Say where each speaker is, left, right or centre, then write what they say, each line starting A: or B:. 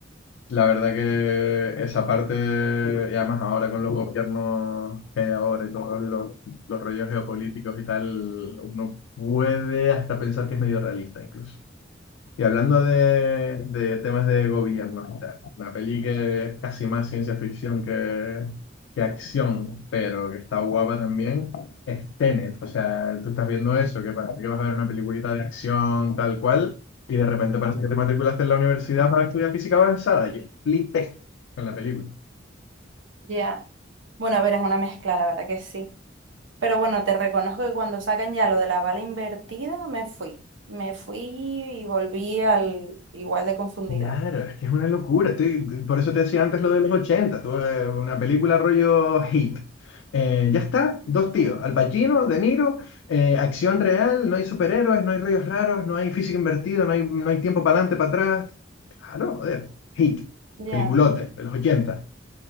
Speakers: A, on the left; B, on the right.
A: La verdad que esa parte, y además ahora con los gobiernos que hay ahora y todos los, los rollos geopolíticos y tal, uno puede hasta pensar que es medio realista incluso. Y hablando de, de temas de gobierno y tal, una peli que es casi más ciencia ficción que, que acción, pero que está guapa también, es Tenet. O sea, tú estás viendo eso, que parece que vas a ver una peliculita de acción tal cual, y de repente parece que te matriculaste en la universidad para estudiar física avanzada. Yo flipé con la película.
B: Ya. Bueno, a ver, es una mezcla, la verdad que sí. Pero bueno, te reconozco que cuando sacan ya lo de la bala invertida, me fui. Me fui y volví al igual de confundida.
A: Claro, es que es una locura. Estoy- por eso te decía antes lo de los 80. Tuve una película rollo hit. Eh, ya está, dos tíos, Al Pacino, De Niro, eh, acción real, no hay superhéroes, no hay rollos raros, no hay física invertida, no hay, no hay tiempo para adelante, para atrás. Claro, joder, hit,
B: Ya.
A: peliculote de los 80.